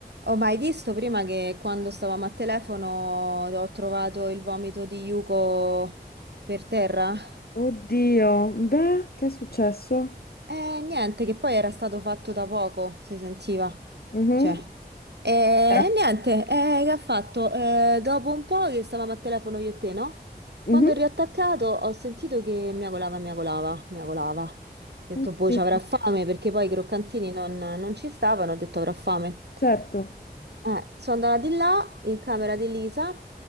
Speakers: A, on the right (about 85°); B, on the left (about 65°).
A: Ho mai visto prima che quando stavamo a telefono ho trovato il vomito di Yuko per terra?
B: Oddio, beh, che è successo?
A: Eh, niente, che poi era stato fatto da poco, si sentiva.
B: Mhm,
A: Cioè, eh,
B: Era-
A: niente, eh, che ha fatto? Eh, dopo un po' che stavamo a telefono io e te, no?
B: mhm,
A: Quando ho riattaccato ho sentito che miagolava, miagolava, miagolava. Ho detto,
B: oddio,
A: boh, ci avrà fame, perché poi i croccantini non, non ci stavano, ho detto avrà fame.
B: Certo.
A: Eh, sono andata di là in camera di Lisa